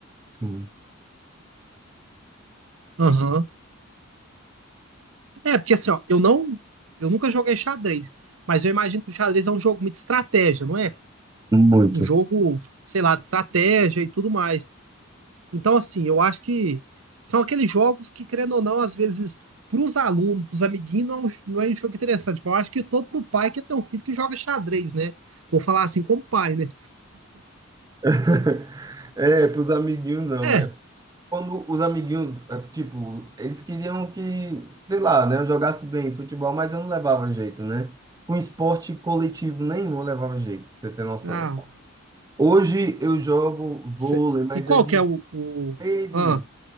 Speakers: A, on the right; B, on the right.
A: Sim,
B: Aham. É, porque assim, ó, eu não, eu nunca joguei xadrez, mas eu imagino que o xadrez é um jogo muito de estratégia, não é?
A: muito.
B: Um jogo, sei lá, de estratégia e tudo mais. Então, assim, eu acho que são aqueles jogos que, querendo ou não, às vezes, para os alunos, para os amiguinhos, não, é um- não é um jogo interessante. Mas eu acho que todo pai quer ter um filho que joga xadrez, né? Vou falar assim como pai, né?
A: <laughs> É, pros amiguinhos não.
B: É.
A: É quando os amiguinhos, eh, tipo, eles queriam que, sei lá, né, eu jogasse bem futebol, mas eu não levava jeito, né? Com esporte coletivo nenhum eu levava jeito, pra você ter noção.
B: Ah,
A: Hoje eu jogo
B: cê-
A: vôlei, mas
B: E qual
A: é de
B: que é o, o...
A: vez
B: Ah,
A: em nunca,